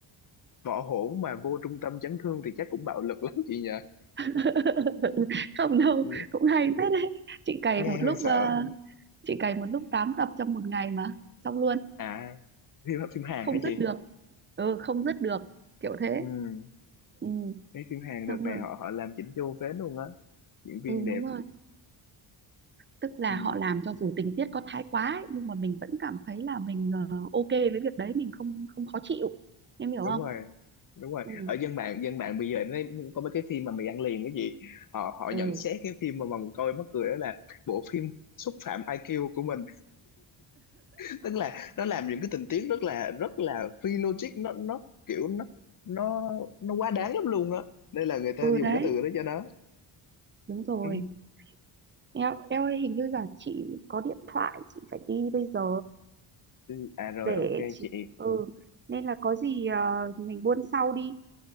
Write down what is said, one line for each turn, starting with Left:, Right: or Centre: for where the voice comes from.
Left: võ hổn mà vô trung tâm chấn thương thì chắc cũng bạo lực lắm chị nhỉ
Right: <laughs> không đâu
Left: nghe,
Right: cũng hay phết đấy chị cày
Left: nghe
Right: một
Left: hơi
Right: lúc
Left: sợ
Right: ờ, chị cày một lúc 8 tập trong một ngày mà xong luôn
Left: à phim phim Hàn
Right: không
Left: hả
Right: dứt
Left: chị
Right: được ừ không dứt được kiểu thế
Left: ừ
Right: ừ
Left: Cái phim Hàn
Right: xong
Left: đợt này
Right: rồi
Left: họ họ làm chỉnh chu phết luôn á. Diễn viên
Right: ừ
Left: đẹp.
Right: đúng rồi tức là
Left: Ừ,
Right: họ làm cho dù tình tiết có thái quá ấy, nhưng mà mình vẫn cảm thấy là mình ờ, ok với việc đấy mình không không khó chịu em hiểu
Left: đúng
Right: không
Left: rồi. Đúng rồi.
Right: ừ
Left: Ở dân mạng dân mạng bây giờ nó có mấy cái phim mà mình ăn liền cái gì. Họ họ
Right: ừ
Left: nhận xét cái phim mà mà mình coi mắc cười đó là bộ phim xúc phạm IQ của mình. <laughs> Tức là nó làm những cái tình tiết rất là rất là phi logic nó nó kiểu nó nó nó quá đáng lắm luôn á. Nên là người ta
Right: ừ
Left: dùng
Right: đấy
Left: cái từ đó cho nó.
Right: đúng rồi
Left: Ừ.
Right: em em ơi hình như là chị có điện thoại chị phải đi bây giờ
Left: ừ. À rồi
Right: để
Left: ok
Right: chị
Left: chị.
Right: ừ nên là có gì ờ, mình buôn sau đi